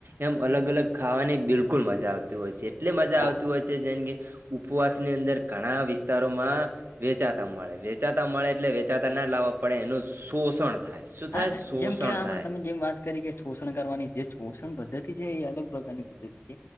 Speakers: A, on the right (about 65°); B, on the left (about 75°).
A: એમ અલગ અલગ ખાવાની બિલકુલ મજા આવતી હોય છે એટલી મજા
B: હા
A: આવતી હોય છે જેમ કે ઉપવાસ ની અંદર ઘણા વિસ્તારોમાં વેચા મળે વેચાતા મળે એટલે વેચાતા ના લાવવા પડે એનું શોષણ થાય શું
B: હા
A: થાય શોષણ
B: જેમ કેવા આપડ
A: થાય
B: તમે જેમ વાત તરીકે શોષણ કરવાની જે શોષણ પદ્ધતિ છે એ અલગ પ્રકારની પદ્ધતિ છે